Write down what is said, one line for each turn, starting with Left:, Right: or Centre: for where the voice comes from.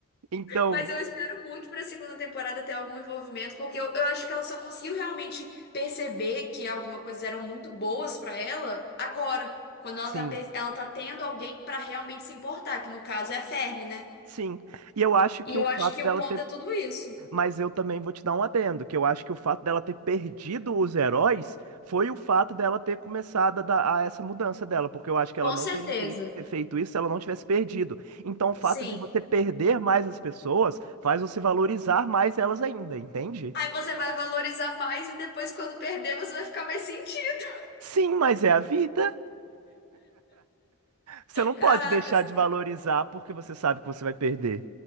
Right: Então,
Left: mas eu espero muito pra segunda temporada ter algum envolvimento, porque eu, eu acho que ela só conseguiu realmente perceber que alguma coisa eram muito boas pra ela agora, quando ela
Right: sim,
Left: tá, pe- ela tá tendo alguém pra realmente se importar, que no caso é a Fermi, né?
Right: sim. E eu acho que
Left: E eu
Right: o fato
Left: acho que
Right: dela
Left: o ponto
Right: ter.
Left: é tudo isso.
Right: Mas eu também vou te dar um adendo, que eu acho que o fato dela ter perdido os heróis foi o fato dela ter começado a, dar- a essa mudança dela, porque eu acho que ela
Left: Com
Right: não
Left: certeza.
Right: teria fe- ter feito isso se ela não tivesse perdido. Então, o fato
Left: Sim.
Right: de você perder mais as pessoas faz você valorizar mais elas ainda, entende?
Left: Aí você vai valorizar mais e depois, quando perder, você vai ficar mais sentido.
Right: Sim, mas é a vida. Você não pode
Left: Caracas.
Right: deixar de valorizar porque você sabe que você vai perder.